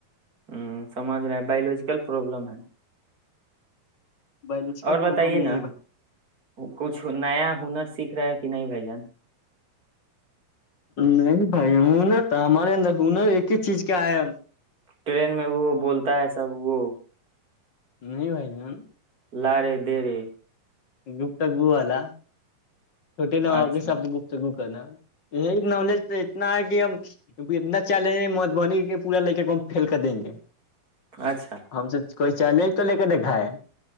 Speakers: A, on the right (about 25°); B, on the left (about 45°).
A: ہ سماج میں باولوجیکل پرابلم ہے
B: بایولوجیکل
A: اور
B: پرابلم
A: بتائیے
B: نہیں
A: نا
B: ہے
A: کچھ نیا ہنر سیکھ رہ کہ نہیں بائی جان
B: نہیں بھائی ہ نا تو ہمارے اندر ہنا ایک ہی چیز کیا ہے
A: ٹرین میں وہ بولتا ہے سب وہ
B: نہیں بھائی جان
A: لارے دیرے
B: گپٹا گوو والا چھوٹے نواب
A: اچھا
B: کے ساتھ گپت گپ کا <unintelligible> یہ نولج تو اتنا ہے کہ ہمک اتنا چیلنج مدھبنی کے پورا لے کر کو ہم فھیل کر دیں گے
A: اچھا
B: ہم سے کوئی چیلنج تو لے کے دیکھا ہے